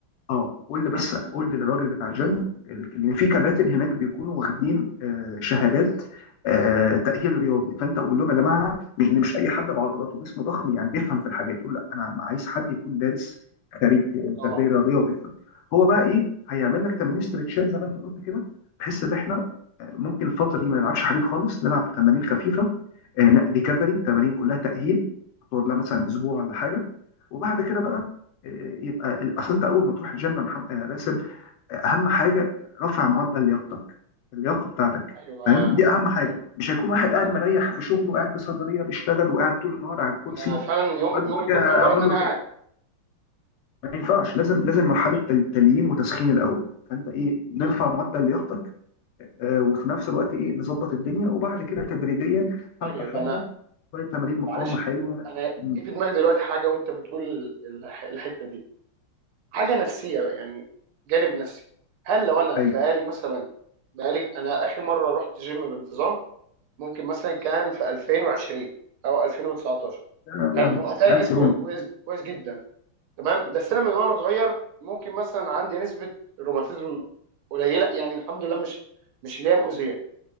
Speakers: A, on the left (about 85°); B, on the right (about 80°).
A: اه قول لي بس قول
B: م.
A: لي للراجل بتاع الجيم ال- ان في كباتن هناك بيكونوا واخدين آه، شهادات آه، تأهيل رياضي فانت قول لهم يا جماعه مش إن مش اي حد بعضلاته جسمه ضخم يعني بيفهم في الحاجات دي. يقول لا انا عايز حد يكون دارس خريج آه،
B: اه
A: تربيه رياضيه وبيفهم هو بقى ايه هيعمل لك تمارين ستريتشات زي ما انت قلت كده بحيث ان احنا آه، ممكن الفتره دي ما نلعبش حديد خالص نلعب تمارين خفيفه ريكفري تمارين كلها تأهيل تقعد لها مثلا اسبوع ولا حاجه وبعد كده بقى آه، يبقى اصل انت اول ما تروح الجنه يا محمد يا باسل اهم حاجه رفع معدل لياقتك اللياقه بتاعتك
B: ايوه
A: فاهم
B: آه،
A: دي اهم حاجه
B: ايوه
A: مش هيكون واحد قاعد
B: صح
A: مريح في شغله قاعد في صيدليه بيشتغل وقاعد طول النهار على الكرسي
B: انا فعلا يوم
A: واجي
B: يومي
A: وأجي
B: كله
A: اقول
B: عباره ان انا
A: له
B: قاعد
A: تاني ما ينفعش لازم لازم مرحله تل- تليين وتسخين الاول فانت ايه نرفع معدل لياقتك آه، وفي نفس الوقت ايه نظبط الدنيا وبعد كده تدريجيا حبه
B: طيب
A: حبه
B: انا
A: شويه تمارين مقاومه
B: معلش
A: حلوه
B: انا
A: م،
B: جه في دماغي دلوقتي حاجه وانت بتقول الح... الحته دي حاجه نفسيه بقى، يعني جانب نفسي هل لو انا
A: ايوه
B: بقالي مثلا بقالي انا اخر مره رحت جيم بانتظام ممكن مثلا كان في 2020 او 2019
A: آه،
B: كان وقتها
A: آه،
B: جسمي
A: كورونا
B: كويس كويس جدا تمام بس انا من وانا صغير ممكن مثلا عندي نسبه روماتيزم قليله يعني الحمد لله مش مش اللي هي مؤذيه